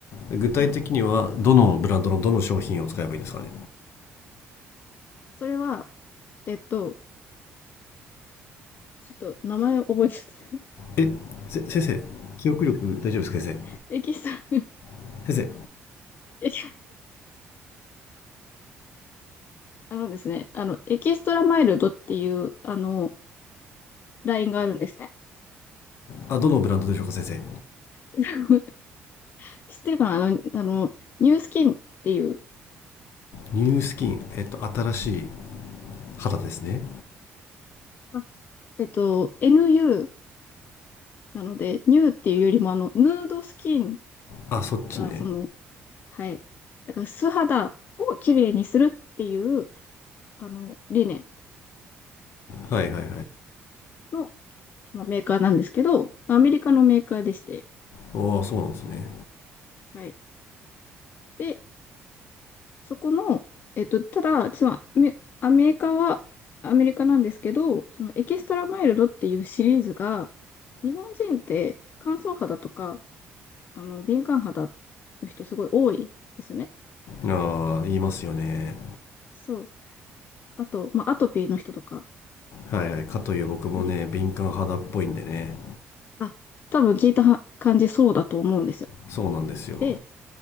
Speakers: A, on the left; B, on the left.
A: 具体的には、
B: うん。
A: どのブランドのどの商品を使えばいいんですかね。
B: それは、えっと、ちょっと名前を覚えて
A: え、せ、先生、記憶力大丈夫ですか、先
B: <laughs> エキストラ、
A: 生。先生、
B: エキ、あのですね、あの、エキストラマイルドっていう、あの、ラインがあるんですね。
A: あ、どのブランドでしょうか、先生。
B: <laughs> 知ってるかなあの、あの、ニュースキンっていう、
A: ニュースキン、えっと、新しい肌ですね。
B: あえっと、NU なので、ニューっていうよりも、あの、ヌードスキン
A: あ、そっちね。
B: が、その、はい。だから、素肌を綺麗にするっていう、あの、理念
A: はいはいはい。
B: の、まあ、メーカーなんですけど、アメリカのメーカーでして、
A: ああ、そうなんですね。
B: はい。で、そこの、えっと、ただ、そのアメアメリカはアメリカなんですけど、そのエキストラマイルドっていうシリーズが、日本人って乾燥肌とか、あの、敏感肌の人すごい多いですよね。
A: ああ、言いますよね。
B: そう。あと、まあ、アトピーの人とか、
A: はいはいかという僕もね敏感肌っぽいんでね
B: うん。あ、多分聞いたは感じそうだと思うんですよ。
A: そうなんですよ
B: で、